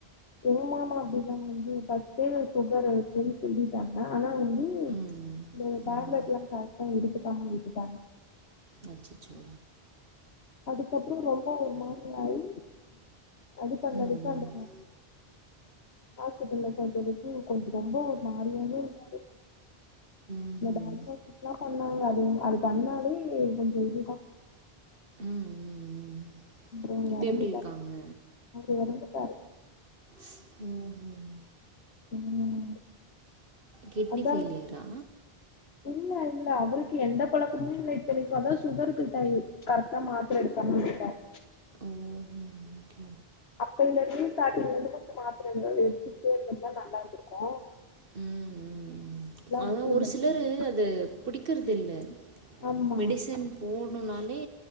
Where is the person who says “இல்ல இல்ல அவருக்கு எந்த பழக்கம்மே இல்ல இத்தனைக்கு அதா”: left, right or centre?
Left